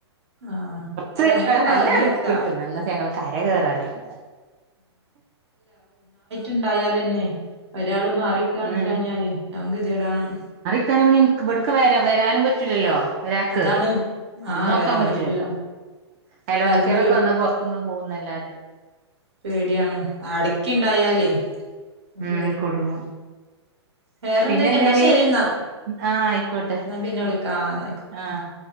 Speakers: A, on the right (about 70°); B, on the right (about 35°).
A: ആഹ്
B: ഒച്ച
A: അല്ല
B: വെയ്ക്കാ
A: അങ്ങനെയൊക്കെ
B: നല്ല
A: പറഞ്ഞേക്കാ
B: റിസ്ക്ട് ത്ത്ക്ണ് <unintelligible> അര കേറാനായ <inaudible>
A: ണ്ടായാലെന്നെ <unintelligible> മറിക്കാനില്ലാഞ്ഞാല്
B: ഉം
A: ഞാംകെത്യേടാണം
B: <unintelligible> ഇൻക് ഇവ്ട്ക്ക് വെര വെരാനും പറ്റൂലല്ലോ ഒരാക്ക്
A: അതാണ്
B: വന്നോക്കാൻ
A: ആഹ് വരാൻ
B: പറ്റൂലല്ലോ
A: പറ്റൂല
B: അയൽവാസ്യോളൊക്കെ
A: എല്ലാർക്കും
B: വന്നാൽ പൊർത്ത്ന്ന് പോവുന്നല്ലാതെ.
A: പേഡ്യാണ് അടക്കിണ്ടായാല് <unintelligible>
B: ഉം കുടുങ്ങും
A: <inaudible> വേറെന്തൊക്കെയാ
B: പിന്നെ എന്തടി
A: എന്നാ ശരീന്നാ
B: ആഹ് ആയിക്കോട്ടെ
A: എന്നാ പിന്നെ വിളിക്കാ
B: ഓക്കെ
A: അന്നായിക്കോട്ടെ
B: ആഹ്